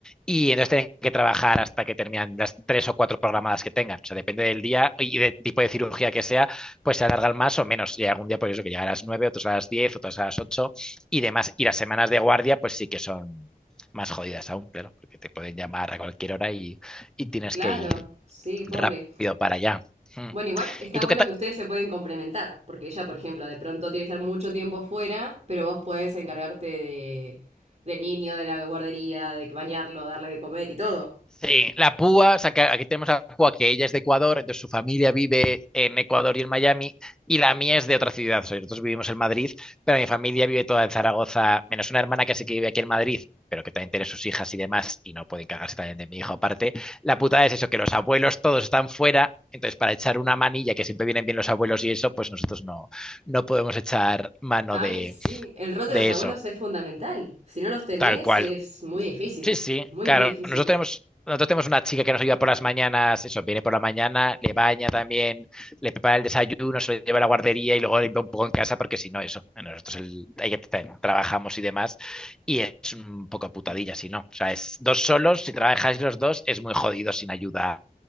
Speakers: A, in the centre; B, on the right.
A: y entonces tienen que trabajar hasta que terminan las tres o cuatro programadas que tengan. O sea, depende del día y del tipo de cirugía que sea, pues se alargan más o menos. Y algún día, pues eso, que llega a las nueve, otros a las diez, otros a las ocho y demás. Y las semanas de guardia, pues sí que son más jodidas aún, claro, porque te pueden llamar a cualquier hora y, y tienes
B: Claro,
A: que ir
B: sí, pobre.
A: rápido para allá. Mm.
B: Bueno, igual está
A: ¿Y tú
B: bueno
A: qué tal?
B: que ustedes se pueden complementar, porque ella, por ejemplo, de pronto tiene que estar mucho tiempo fuera, pero vos podés encargarte de, del niño, de la guardería, de bañarlo, darle de comer y todo.
A: Sí, la púa, o sea, que aquí tenemos a la púa que ella es de Ecuador, entonces su familia vive en Ecuador y en Miami, y la mía es de otra ciudad. O sea, nosotros vivimos en Madrid, pero mi familia vive toda en Zaragoza, menos una hermana que sí que vive aquí en Madrid, pero que también tiene sus hijas y demás, y no pueden cagarse también de mi hijo aparte. La putada es eso, que los abuelos todos están fuera, entonces para echar una manilla, que siempre vienen bien los abuelos y eso, pues nosotros no, no podemos echar mano
B: Ay,
A: de,
B: sí, el rol
A: de
B: de los abuelos
A: eso.
B: es fundamental. Si no los tenés,
A: Tal cual.
B: es muy difícil.
A: Sí, sí,
B: Es muy,
A: claro.
B: muy difícil.
A: Nosotros tenemos, nosotros tenemos una chica que nos ayuda por las mañanas, eso, viene por la mañana, le baña también, le prepara el desayuno, se lo lleva a la guardería y luego limpia un poco en casa porque si no, eso, nosotros el- ahí que tra- trabajamos y demás y es un poco putadilla si no. O sea, es dos solos, si trabajáis los dos es muy jodido sin ayuda